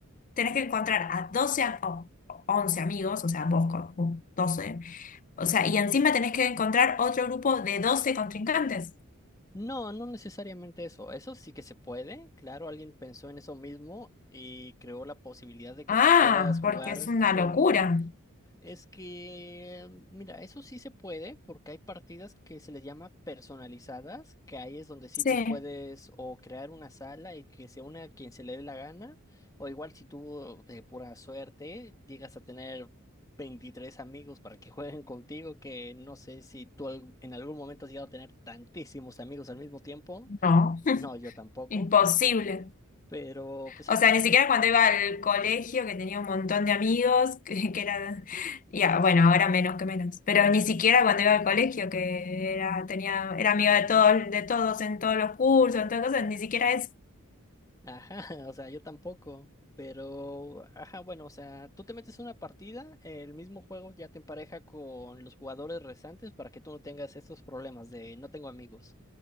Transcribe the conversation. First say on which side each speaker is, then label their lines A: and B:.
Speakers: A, on the left; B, on the left.
A: tenés que encontrar a 12 am- o 11 amigos, o sea, vos con con 12, o sea, y encima tenés que encontrar otro grupo de 12 contrincantes.
B: No, no necesariamente eso. Eso sí que se puede. Claro, alguien pensó en eso mismo y creó la posibilidad de que
A: Ah,
B: tú puedas jugar
A: porque es una
B: con
A: locura.
B: Es que, mira, eso sí se puede porque hay partidas que se les llama personalizadas, que ahí es donde sí
A: Sí.
B: tú puedes o crear una sala y que se una a quien se le dé la gana, o igual si tú de pura suerte llegas a tener 23 amigos para que <laughs> jueguen contigo, que no sé si tú al- en algún momento has llegado a tener tantísimos amigos al mismo tiempo,
A: No,
B: no, yo tampoco,
A: imposible.
B: pero pues
A: O
B: ajá.
A: sea, ni siquiera cuando iba al colegio, que tenía un montón de amigos, <laughs> que, que era, ya, bueno, ahora menos que menos, pero ni siquiera cuando iba al colegio, que era, tenía, era amiga de todos, de todos en todos los cursos, en todas cosas, ni siquiera eso.
B: Ajá, <laughs> o sea, yo tampoco, pero, ajá, bueno, o sea, tú te metes una partida, el mismo juego ya te empareja con los jugadores restantes para que tú no tengas estos problemas de no tengo amigos.